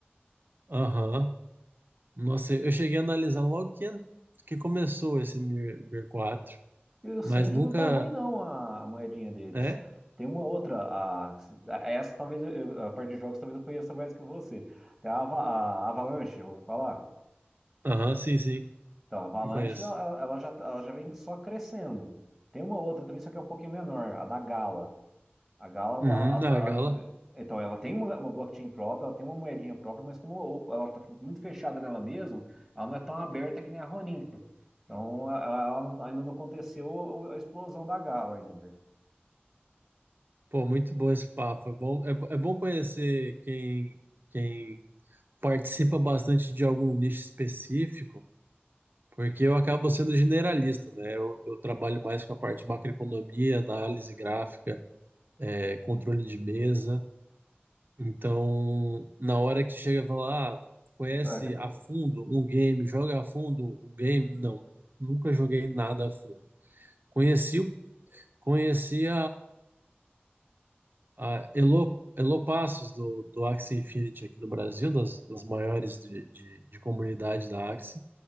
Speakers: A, on the right; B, in the centre.
A: Aham. Nossa, eu cheguei a analisar logo que, que começou esse Mir, Mir quatro
B: E o Sandy
A: mas nunca.
B: não tá ruim, não, a, a moedinha deles.
A: É,
B: Tem uma outra, a, essa talvez eu- eu- a parte de jogos talvez eu conheça mais que você. Tem a, Ava- a Avalanche, eu vou falar.
A: Aham, sim, sim,
B: Então, a Avalanche
A: me conheço.
B: ela, ela já, ela já vem só crescendo. Tem uma outra também, só que é um pouquinho menor, a da Gala. A Galas,
A: Uhum,
B: a- a-
A: na Gala.
B: a- então, ela tem uma, uma blockchain própria, ela tem uma moedinha própria, mas como ela está muito fechada nela mesma, ela não é tão aberta que nem a Roninca. Então, ela, ela não- ainda não aconteceu o- a explosão da Gala ainda.
A: Pô, muito bom esse papo. É bom, é, bo- é bom conhecer quem, quem participa bastante de algum nicho específico, porque eu acabo sendo generalista, né? Eu, eu trabalho mais com a parte de macroeconomia, análise gráfica, é, controle
B: Hum.
A: de mesa. Então, na hora que chega e fala, ah, conhece
B: <laughs>
A: a fundo um game, joga a fundo um game? Não, nunca joguei nada a fundo. Conheci, o- conheci A Elo, Elo Passos, do, do Axie Infinity aqui no Brasil, das, das maiores de, de, de comunidade da Axie.